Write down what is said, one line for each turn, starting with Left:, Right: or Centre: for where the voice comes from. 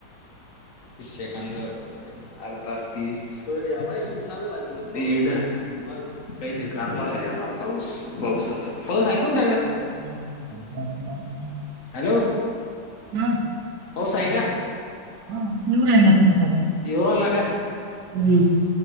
Left: तीस सेकंद, अर्धा तीस, तोवर बाय चालू दीड. मग काहीतरी काढतो बोलायला पाऊस-पावसाचं. पाऊस आहे का तुमच्याकडे?
Right: <inaudible>
Left: हॅलो.
Right: हा.
Left: पाऊस आहे का?
Right: हा, येवू राहीला आहे. थोडा-थोडा.
Left: येवू, राहीला का?
Right: हम्म्.